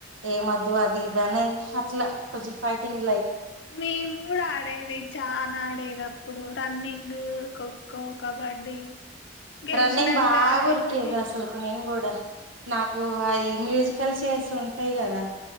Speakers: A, on the right (about 80°); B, on the left (about 65°).
A: ఏమ్ వద్దు అది ఇది అనేది, అట్లా కొంచెం పైకిఅన్ని పే
B: మేము కూడా ఆడేది చానా ఆడేది అప్పుడు running, running, kho kho, kabaddi గెలిచినాక
A: running బాగా
B: అదేంటిది
A: ఉరికెది అసలు ముందు నాకు అవి మ్యూజికల్ చైర్స్ ఉంటాయి. కదా